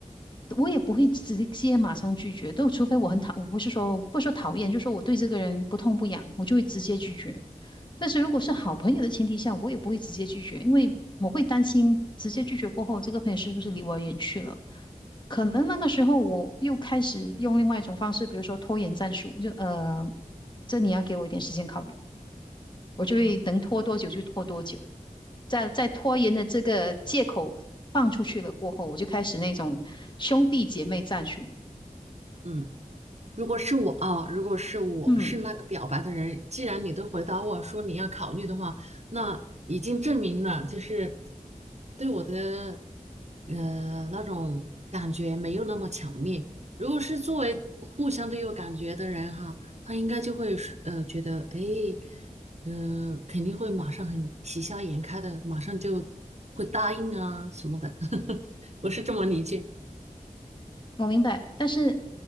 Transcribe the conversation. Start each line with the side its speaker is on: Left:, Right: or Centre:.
Left: 我也不会直接马上拒绝，都除非我很讨，我不是说不是说讨厌，就是说我对这个人不痛不痒，我就会直接拒绝。但是如果是好朋友的前提下，我也不会直接拒绝，因为我会担心直接拒绝过后，这个朋友是不是离我远去了？可能那个时候我又开始用另外一种方式，比如说拖延战术，就呃，这你要给我一点时间考虑，我就会能拖多久就拖多久。
Right: 啊？
Left: 在在拖延的这个借口放出去了过后，我就开始那种兄弟姐妹战术。
Right: 嗯。如果是我啊，如果是我是那个表白的人，
Left: 嗯。
Right: 既然你都回答我说你要考虑的话，那已经证明了就是对我的呃那种感觉没有那么强烈。如果是作为互相都有感觉的人哈，他应该就会是呃觉得哎，嗯、呃，肯定会马上很喜笑颜开的，马上就会答应啊什么的。<laughs> 我是这么理解，
Left: 我明白，但是